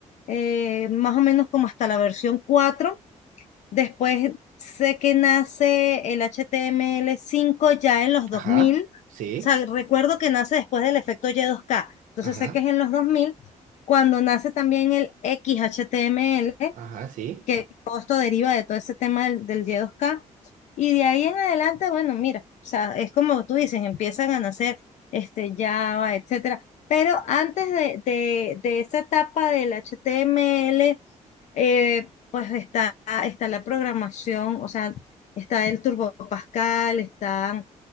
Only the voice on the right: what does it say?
Ajá,
sí.
Ajá,
ajá, sí.